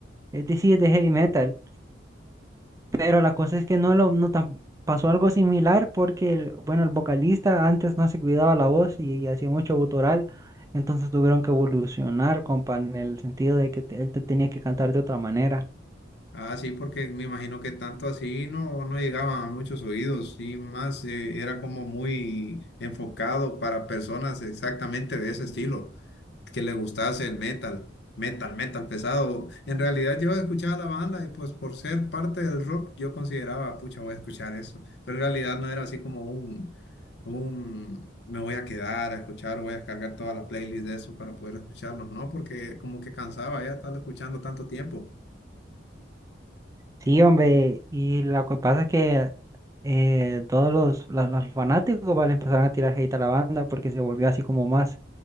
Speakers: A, on the right; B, on the left.
A: este sí es de heavy metal. Pero la cosa es que no lo, no tan, pasó algo similar porque el, bueno, el vocalista antes no se cuidaba la voz y, hacía mucho gutural. Entonces tuvieron que evolucionar, compa, en el sentido de que te- él te tenía que cantar de otra manera.
B: Ah, sí, porque me imagino que tanto así no, no llegaba a muchos oídos y más eh, era como muy enfocado para personas exactamente de ese estilo, que le gustase el metal, metal, metal pesado. En realidad yo escuchaba la banda y pues por ser parte del rock yo consideraba, pucha, voy a escuchar eso, pero en realidad no era así como un, un, me voy a quedar a escuchar, voy a descargar toda la playlist de eso para poder escucharlos, ¿no? Porque como que cansaba ya estar escuchando tanto tiempo.
A: Sí, hombre, y lo que pasa es que eh, todos los, los- los fanáticos, ¿vale? Empezaron a tirar hate a la banda porque se volvió así como más,